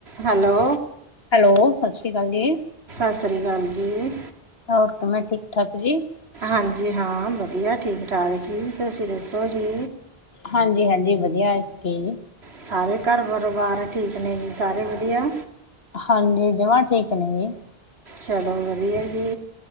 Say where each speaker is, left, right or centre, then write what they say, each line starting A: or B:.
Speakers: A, on the right; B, on the left.
A: ਹੈਲੋ।
B: ਹੈਲੋ, ਸਤਿ ਸ਼੍ਰੀ ਅਕਾਲ ਜੀ।
A: ਸਤਿ ਸ਼੍ਰੀ ਅਕਾਲ ਜੀ।
B: ਹੋਰ ਕਿਵੇਂ ਠੀਕ-ਠਾਕ ਜੀ।
A: ਹਾਂਜੀ। ਹਾਂ ਵਧੀਆ ਠੀਕ-ਠਾਕ ਜੀ ਤੁਸੀਂ ਦੱਸੋ ਜੀ।
B: ਹਾਂਜੀ। ਹਾਂਜੀ। ਵਧੀਆ ਕੀ
A: ਸਾਰੇ ਘਰ ਪਰਿਵਾਰ ਠੀਕ ਨੇ ਜੀ ਸਾਰੇ ਵਧੀਆ।
B: ਹਾਂਜੀ। ਜਮਾ ਠੀਕ ਨੇ ਜੀ।
A: ਚਲੋ ਵਧੀਆ ਜੀ।